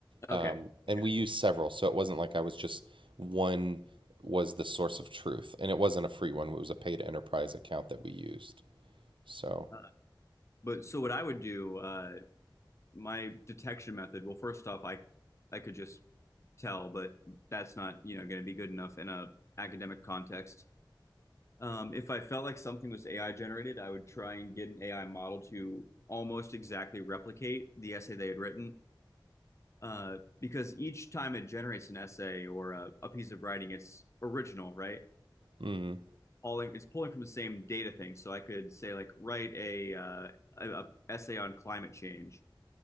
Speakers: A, on the left; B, on the right.
A: okay,
B: um, and
A: okay.
B: we used several, so it wasn't like I was just one was the source of truth, and it wasn't a free one. It was a paid enterprise account that we used. So,
A: Uh, but so what I would do, uh, my detection method, well, first off, I, I could just tell, but that's not, you know, going to be good enough in a academic context. Um, if I felt like something was AI generated, I would try and get an AI model to almost exactly replicate the essay they had written. Uh, because each time it generates an essay or a, a piece of writing, it's original, right?
B: mm.
A: Pulling, it's pulling from the same data thing. So I could say like write a, uh, a, a essay on climate change,